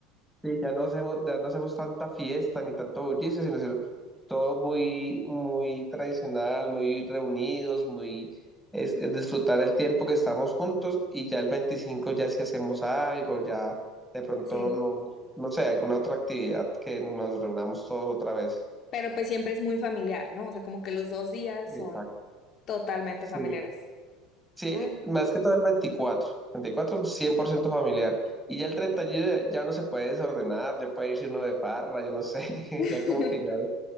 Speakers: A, in the centre; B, on the left.
A: Sí, ya no hacemos, ya no hacemos tanta fiesta ni tanto bullicio, sino, sino todo muy, muy tradicional, muy reunidos, muy es, es disfrutar el tiempo que estamos juntos y ya el 25 ya si hacemos algo, ya de pronto
B: Sí.
A: no, no sé, alguna otra actividad que nos reunamos todos otra vez.
B: Pero pues siempre es muy familiar, ¿no? O sea, como que los dos días
A: Exacto.
B: son totalmente
A: Sí.
B: familiares.
A: Sí,
B: Ah.
A: más que todo el veinticuatro veinticuatro cien por ciento familiar. Y ya el 31 ya ya uno se puede desordenar, ya puede irse uno de farra, yo no sé, <laughs>
B: <laughs>
A: ya como que ya